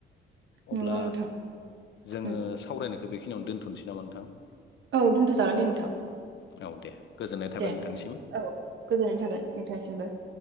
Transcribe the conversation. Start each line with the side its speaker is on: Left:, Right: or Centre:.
Left: अब्ला
Right: नंगौ नोंथां
Left: जोंङो
Right: उम
Left: सावरायनाय बेखौ बेखिनियावनो दोनथसै नामा नोंथां
Right: औ दोन्थजागोन दे नोंथां
Left: औ दे गोजोननाय थाबाय
Right: दे
Left: नोंथांसिम
Right: औ गोजोननाय थाबाय नोंथांसिमबो